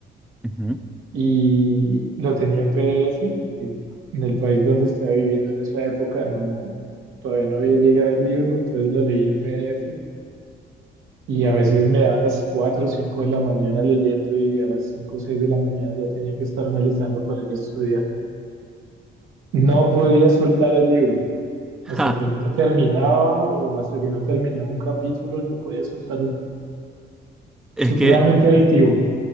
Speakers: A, in the centre; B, on the right.
A: ujú.
B: y lo tenía en PDF porque en el país donde estaba viviendo en esa época no, no- todavía no había llegado el libro, entonces lo leía en PDF y a veces me daban las 4 o 5 de la mañana leyendo y a las 5 o 6 de la mañana ya tenía que estarme alistando para ir a estudiar. No podía soltar el libro. Hasta
A: Ja,
B: que no lo terminaba o hasta que no terminaba un capítulo, no podía soltarlo.
A: es
B: Supremamente
A: que,
B: adictivo.